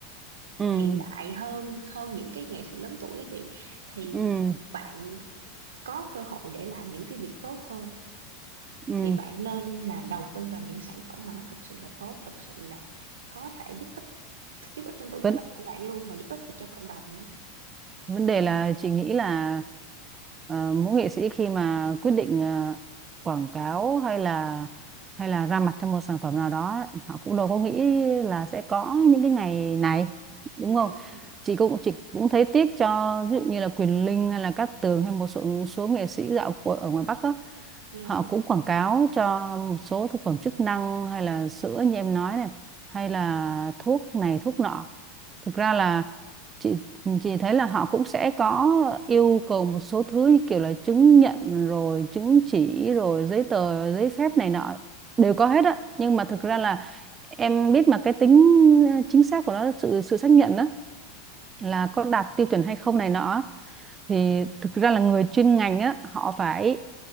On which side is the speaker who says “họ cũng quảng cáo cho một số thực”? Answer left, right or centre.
Right